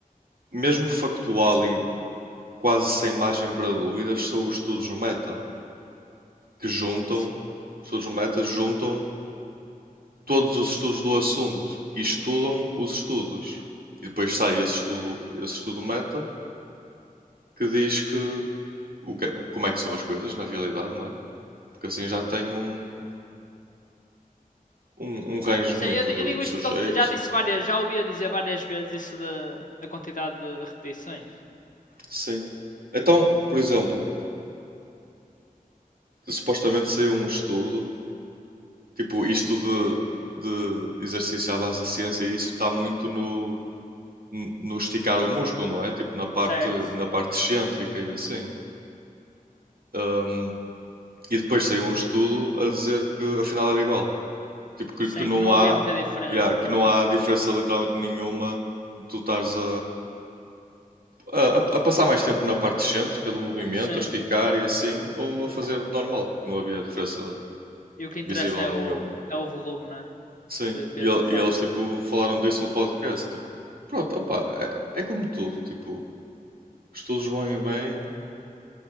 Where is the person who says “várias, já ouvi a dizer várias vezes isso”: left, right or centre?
Left